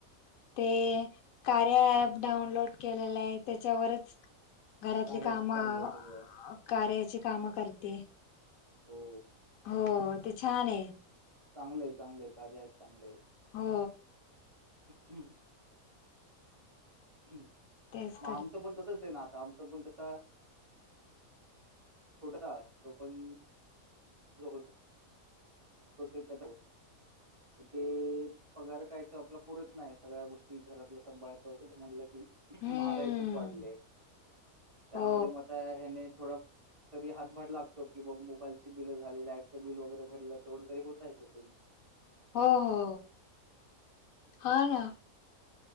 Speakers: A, on the left; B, on the right.
A: ते कार्या ॲप डाऊनलोड केलेलं आहे त्याच्यावरच. घरातली
B: कार्याच
A: कामं
B: चालू आहे सगळं
A: कार्याची कामं करते.
B: हो
A: हो ते छान आहे.
B: चांगलं आहे चांगलंय कार्या चांगलं आहे.
A: हो.
B: हं हं. मग
A: तेच करते
B: आमचं पण तसच आहे ना आता आमचं पण कसं छोटासा तो पण होता त ते कट ते पगार काय तर आपला पुरत नाही सगळ्या गोष्टी घरातलं सांभाळायचं वगैरे म्हटलं की.
A: हम्म
B: महागाई खूप वाढली त्यामध्ये
A: हो
B: मग आता ह्याने थोडा. तरी हातभार लागतो की बा मोबाईलची बि झाली लाईटचं बिल वगैरे भडलं तेवढं तरी होतयच्यातून
A: हो हो हा ना